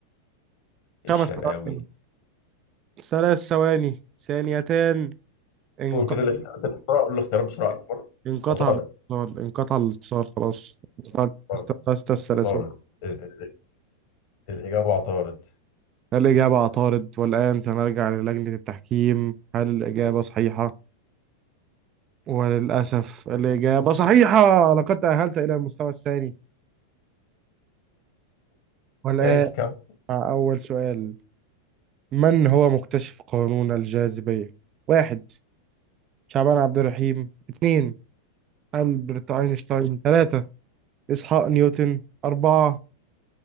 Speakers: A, on the left (about 45°); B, on the right (about 30°).
A: الشرقاوي
B: خمس ثواني ثلاث ثواني ثانيتان انقطع
A: قول كده الاختيارات اللي بسرعة قول الاختيارات بسرعة عطارد
B: انقطع
A: عطارد
B: الاتصال انقطع الاتصال خلاص
A: عطارد
B: استقصت السلاسل
A: عطارد. ال- الإجابة عطارد
B: هل الإجابة عطارد والآن سنرجع للجنة التحكيم هل الإجابة صحيحة وللأسف الإجابة صحيحة لقد تأهلت إلى المستوى الثاني والآن
A: ماشي كم
B: مع أول سؤال من هو مكتشف قانون الجاذبية واحد شعبان عبد الرحيم اثنين ألبرت أينشتاين ثلاثة إسحاق نيوتن أربعة